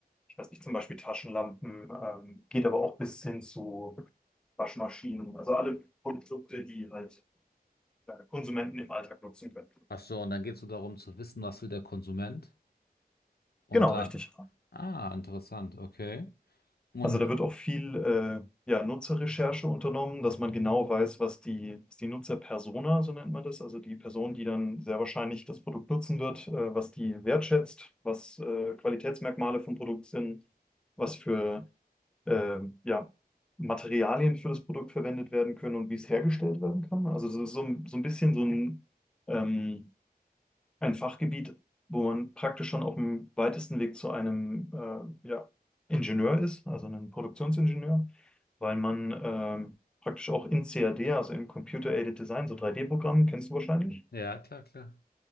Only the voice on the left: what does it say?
Ach so, und dann geht es so darum zu wissen, was will der Konsument und
da,
ah, interessant, okay. Und
Ja, klar, klar.